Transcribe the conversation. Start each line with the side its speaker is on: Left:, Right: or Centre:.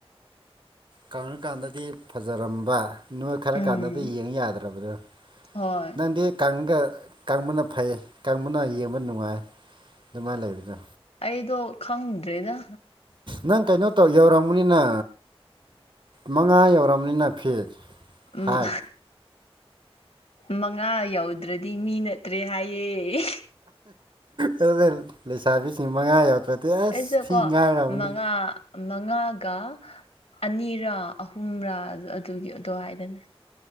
Right: ꯀꯔ ꯀꯥꯟꯗꯗꯤ ꯐꯖꯔꯝꯕ ꯅꯣꯏ ꯈꯔ
Left: ꯎꯝ
Right: ꯀꯥꯟꯗꯗꯤ ꯌꯦꯡ ꯌꯥꯗ꯭ꯔꯕꯗꯣ
Left: ꯍꯣꯏ
Right: ꯅꯪꯗꯤꯒ ꯀꯥꯡꯪꯕꯅ ꯐꯩ ꯀꯪꯕꯅ ꯌꯦꯡꯕ ꯅꯨꯡꯉꯥꯏ ꯑꯗꯨꯃꯥꯏꯅ ꯂꯩꯕꯗꯣ
Left: ꯑꯩꯗꯣ ꯈꯪꯗ꯭ꯔꯦꯗ
Right: ꯅꯪ ꯀꯩꯅꯣ ꯇꯧ ꯌꯧꯔꯃꯅꯤꯅ ꯃꯉꯥ ꯌꯧꯔꯝ ꯀꯝꯅꯤꯅ ꯐꯦꯠ
Left: ꯎꯝ
Right: ꯍꯥꯏ
Left: ꯃꯉꯥ ꯌꯥꯎꯗ꯭ꯔꯗꯤ ꯃꯤ ꯅꯠꯇ꯭ꯔꯦ ꯍꯥꯏꯌꯦꯦ
Right: ꯑꯗꯨꯗ ꯂꯩꯁꯥꯕꯤꯁꯤꯡ ꯃꯉꯥ ꯌꯥꯎꯗ꯭ꯔꯗꯤ ꯑꯁ
Left: ꯑꯩꯁꯦ
Right: ꯊꯤ
Left: ꯀꯣ
Right: ꯉꯥꯏꯔꯕꯅꯦ
Left: ꯃꯉꯥ ꯃꯉꯥꯒ ꯑꯅꯤꯔꯥ ꯑꯍꯨꯝꯔꯥ ꯑꯗꯨꯒꯤ ꯑꯗꯨꯗꯣ ꯍꯥꯏꯗꯅꯦ